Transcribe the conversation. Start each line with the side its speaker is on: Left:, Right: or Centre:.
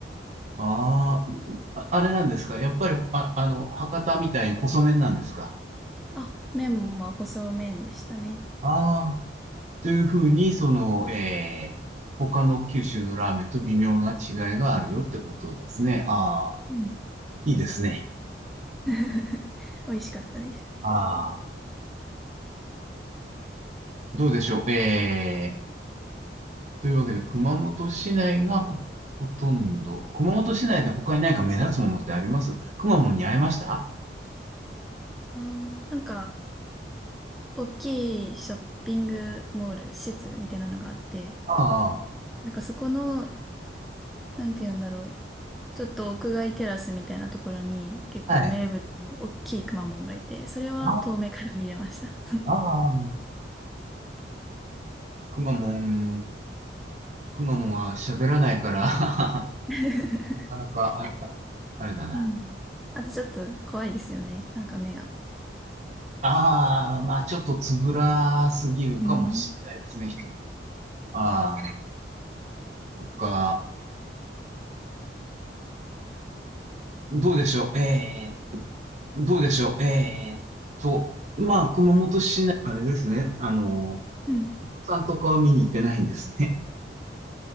Right: あ、ああ、ああれなんですか。やっぱり、あ、あの、博多みたいに細麺なんですか。
Centre: あ、麺もまあ細麺でしたね。
Right: ああ。というふうに、その、えー、他の九州のラーメンと微妙な違いがあるよってことですね。ああ、
Centre: うん
Right: いいですね。
Centre: <laughs> 美味しかったです。
Right: ああ、どうでしょう。えー、というわけで、熊本市内がほ、ほとんど、熊本市内で他に何か目立つものってありますくまモンに会えました
Centre: ああ、なんか、大きいショッピングモール、施設みたいなのがあって、
Right: あ
Centre: なんかそこの、なんて言うんだろう。ちょっと屋外テラスみたいなところに結構名物の大きいくまモンがいて、
Right: あ、はい。
Centre: それは遠目から見れました。
Right: ああ、くまモン、くまモンは喋らないから <laughs>
Centre: <laughs>
Right: なかなかあれ、あれだな。
Centre: うん。あとちょっと怖いですよね。なんか目が。
Right: ああ、まあちょっとつぶらすぎるかもしれないですね、
Centre: うん。
Right: 人ああ、そっか。どうでしょう。ええどうでしょう。ええと、まあ、熊本市内、あれですね。あの、
Centre: うん。
Right: 阿蘇山とかは見に行ってないんですね。